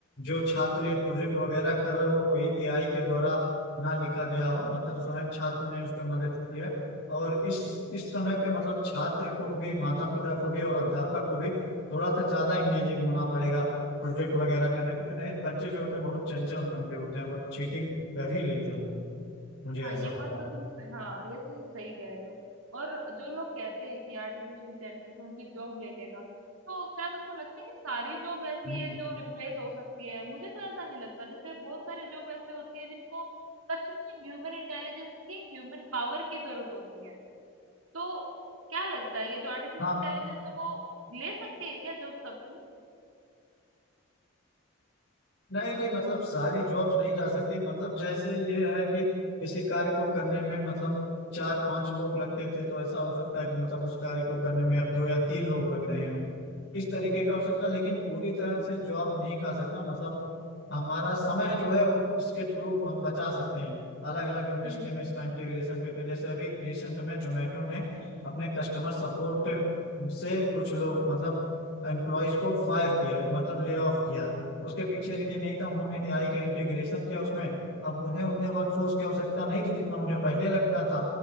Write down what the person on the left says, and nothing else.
जो छात्र ये प्रोजेक्ट वगैरह कर रहे हो वो एआई के द्वारा ना लिखा गया हो मतलब स्वयं छात्र ने उस पर मदद की है और इस इस समय पे मतलब छात्र को भी माता पिता को भी और अध्यापक को भी थोड़ा सा ज्यादा इंगेजिंग होना पड़ेगा प्रोजेक्ट वगैरह करने के लिए नहीं बच्चे जो होते हैं बहुत चंचल मन के होते हैं वो चीटिंग कर ही लेते हैं मुझे
ऐसा
लगता
है
हम्म।
हाँ
नहीं नहीं मतलब सारी जॉब्स नहीं जा सकती मतलब जैसे ये है कि किसी कार्य को करने में मतलब चार पांच लोग लगते थे तो ऐसा हो सकता है कि मतलब उस कार्य को करने में अब दो या तीन लोग लग रहे हों इस तरीके का हो सकता है लेकिन पूरी तरह से जॉब नहीं खा सकता मतलब हमारा समय जो है वो इसके थ्रू हम बचा सकते हैं अलग अलग इंडस्ट्री
में इसका इंटीग्रेशन करके जैसे अभी रिसेंट में जोमेटो ने अपने कस्टमर सपोर्ट से कुछ लोग मतलब एम्प्लॉयज को फायर किया मतलब ले ऑफ किया उसके पीछे रीजन यही था उन्होंने एआई का इंटीग्रेशन किया उसमें अब उन्हें उतने वर्कफोर्स की आवश्यकता नहीं थी जितना उन्हें पहले लगता था